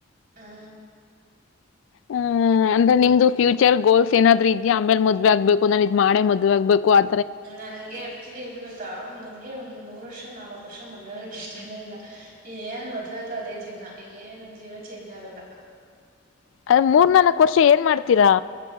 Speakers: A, on the right; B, on the left.
A: ಹ್ಮ
B: ಹ್ಮ ಅಂದ್ರೆ ನಿಮ್ದು ಚರ್ ಗೋಲ್ಸ್ ಏನಾದ್ ಇದದೆ ಆಮೇಲೆ ಮದ್ ಆಗ್ಬೇಕು ನಾ್ ಇದ್ ಮಾಡ ಮದ್ ಆಗ್ಬೇಕು ಅ
A: ನಂಗೆ ಆಕ್ಚುಲಿ ಏನ್ ಗೊತ್ತಾ ನಂಗೆ ಒಂದ ಮೂರ್ ವರ್ಷ ನಾಲ್ಕು ವರ್ಷ ಮದುವೆ ಆಗಕ್ಕೆ ಇಷ್ಟೇನ ಇಲ್ಲ ಏನ್ ಮದುವೆ ಆದ್ರು ಅದೇ ಜೀವನ ಏನ್ ಜೀವನ ಚೇಂಜ್ ಆಗಲ್ಲ
B: ಅದ ಮೂರ್ ನಾಲ್ಕ್ ವರ್ಷ ಏನ್ ಮಾಡ್ತೀರಾ